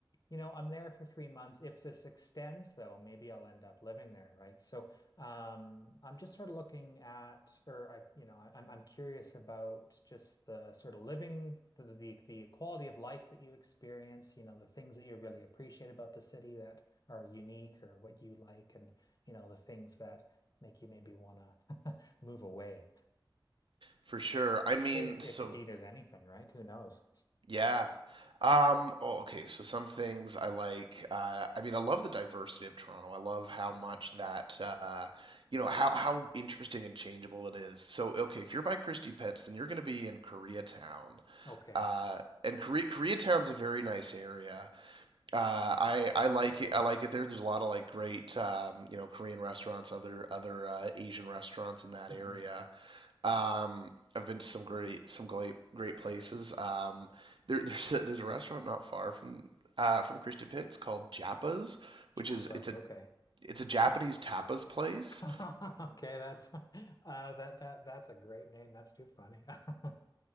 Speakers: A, on the left; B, on the right.
A: You know, I'm there for three months. If this extends, though, maybe I'll end up living there, right? So, um, I'm just sort of looking at, or I, you know, I, I'm I'm curious about just the sort of living, the, the the quality of life that you experience. You know, the things that you really appreciate about the city that are unique, or what you like, and you know, the things that make you maybe want to <laughs> move away.
B: for sure. I mean,
A: If, if
B: so
A: if indeed there's anything, right? Who knows?
B: yeah, Um, oh, okay, so some things I like. Uh, I mean, I love the diversity of Toronto. I love how
A: Yeah.
B: much that, uh, you know, how how interesting and changeable it is. So, okay, if you're by Christie Pets, then you're going to be in Koreatown,
A: Okay.
B: uh, and Korea Koreatown's a very nice area. Uh, I I like it. I like it there. There's a lot of like great, um, you know, Korean restaurants, other other uh, Asian restaurants in that
A: hmm
B: area. Um, I've been to some great some great great places. Um, there, <laughs> there's a, there's a restaurant not far from uh, from Christie Pitts called Japa's,
A: Chapas.
B: which is it's a
A: Okay.
B: it's a Japanese tapas place.
A: <laughs> Okay, that's uh that that that's a great name. That's too funny. <laughs>